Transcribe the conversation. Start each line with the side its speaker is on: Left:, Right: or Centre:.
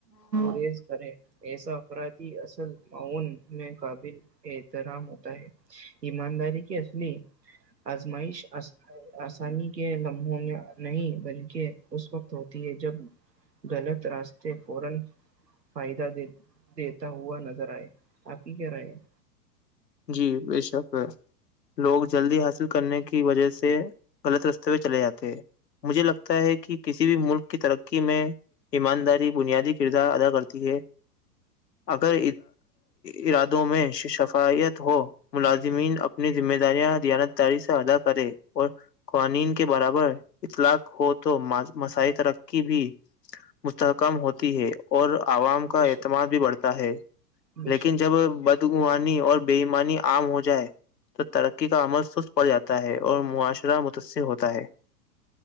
Right: گیز کریں ایسا افرادی اصل معاون میں قابل احترام ہوتا ہے ایمانداری کی اصلی آزمائش آسانی کے لمحوں میں نہیں بلکہ اس وقت ہوتی ہے جب غلط راستے فورن فائدہ د دیتا ہوا نظر آئے آپ کی کیا رہاے ہیں
Left: جی بے شک ہے لوگ جلدی حاصل کرنے کی وجہ سے غلط رستے پہ چلے جاتے ہیں مجھے لگتا ہے کہ کسی بھی ملک کی ترقی میں ایمانداری بنیادی کردار ادا کرتی ہے اگر ارادوں میں شفائییت ہو
Right: ہے
Left: ملازمین
Right: جی جی
Left: اپ اپنی ذمہ داریاں ھیانت داری سے ادا کرے اور قوانین کے برابر اطلاق ہو تو مساعی ترقی بھی مستحکم ہوتی ہے اور عوام
Right: بے
Left: کا اعتماد
Right: شک
Left: بھی بڑھتا ہے
Right: بے
Left: لیکن
Right: شک
Left: جب
Right: بے شک
Left: بدگوانی اور بےئیمانی عام ہو جائے تو ترقی کا عمل سست پڑ جاتا ہے اور معاشرہ متاثر ہوتا ہے